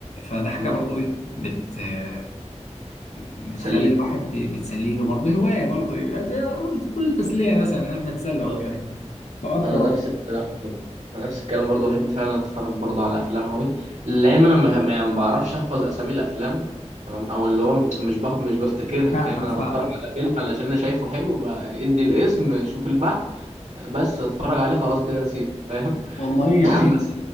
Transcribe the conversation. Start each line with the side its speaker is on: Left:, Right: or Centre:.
Left: فده حاجه
Right: امم
Left: برضو ايه بت آه، بتخلي
Right: تسليك
Left: الواحد بتسليني برضو هوايه برضو يعني زي كل تسليه مثلا انا بتسلى وكده
Right: اه
Left: يعني فأقعد
Right: انا
Left: أتفرج.
Right: نفس الكلام برضه. انا نفس الكلام برضو بحب فعلا اتفرج برضو على افلام قوي لان انا ما ما- يعني ما بعرفش احفظ اسامي الافلام تمام او اللي هو مش بح... مش بفتكرها
Left: فاهمك
Right: فاهم انا
Left: فاهم
Right: بتفرج على فيلم علشان انا شايفه حلو بدي الاسم شوف البحث بس اتفرج عليه خلاص كده نسيته فاهم <laughs>
Left: والله يعني انت
Right: بس